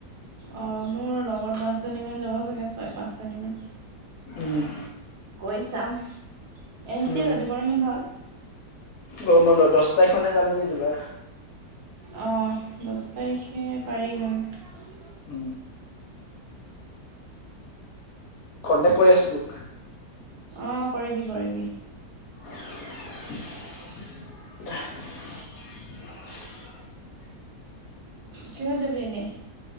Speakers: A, on the right; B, on the left.
A: অঁ মোৰ লগৰ পাঁচজনীমান যাব চাগে ছয় পাঁচজনীমান
B: উম <inaudible>
A: কৈ চাম এনে
B: উম
A: কেতিয়া যাবি গৰম বন্ধত
B: গৰমবন্ধ দছ তাৰিখনে যাম নিকি জুলাইৰ
A: অঁ দছ তাৰিখে পাৰিম- অ-
B: উম কণ্টেক্ কৰি আছো তোক
A: অ কৰিবি কৰিবি
B: <unintelligible>
A: কিহত যাবি এনে